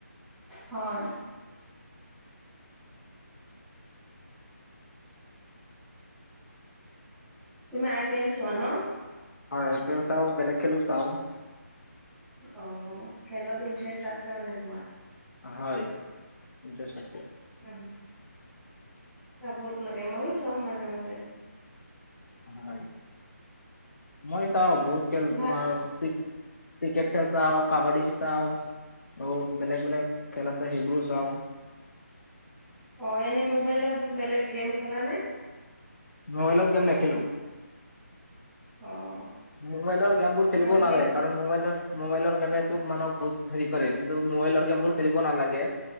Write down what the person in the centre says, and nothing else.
হয়, তুমি আই পি এল চোৱা ন?
অ' খেলত ইণ্টাৰেষ্ট আছে মানে তোমাৰ?
উম। চাব লাগে ময়ো চাওঁ মাজে মাজে।
ভাত
অ' এনে মোবাইলত বেলেগ গেম খেলা নে?
অ'।
আজিকালি